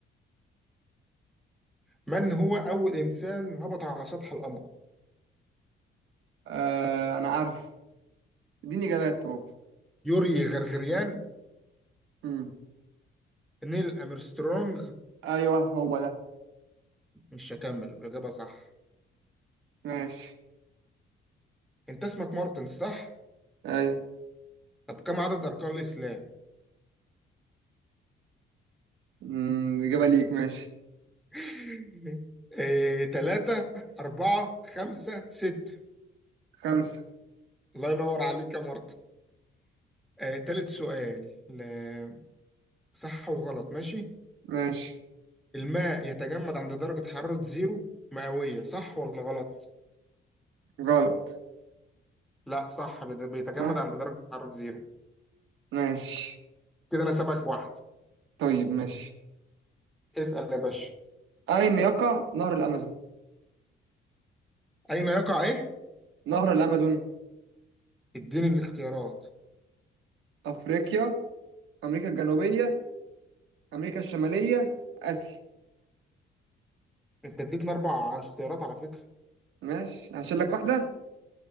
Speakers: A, in the centre; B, on the right (about 85°).
A: من هو اول انسان هبط على سطح القمر
B: آه انا عارف اديني اجابات طب
A: يوري غرغريان
B: مم.
A: نيل امسترونج
B: ايوه هو ده
A: مش هكمل الإجابة صح
B: ماشي
A: أنت اسمك مارتن صح؟
B: ايوه
A: طب كم عدد أركان الإسلام؟
B: مم، اجابه ليك ماشي
A: <laughs> إيه، تلاتة أربعة خمسة ستة
B: خمسه
A: الله ينور عليك يا مارتن آه، تالت سؤال ل- صح وغلط ماشي
B: ماشي
A: الماء يتجمد عند درجة حرارة زيرو مئوية صح ولا غلط؟
B: غلط
A: لا صح بيت- بيتجمد
B: صح
A: عند درجة حرارة زيرو
B: ماشي
A: كده أنا سابقك بواحد
B: طيب ماشي
A: اسأل يا باشا
B: اين يقع نهر الامازون
A: أين يقع إيه؟
B: نهر الأمازون
A: اديني الاختيارات
B: أفريقيا أمريكا الجنوبية أمريكا الشمالية آسيا
A: أنت اديتنا أربع اختيارات على فكرة
B: ماشي هشيل لك واحدة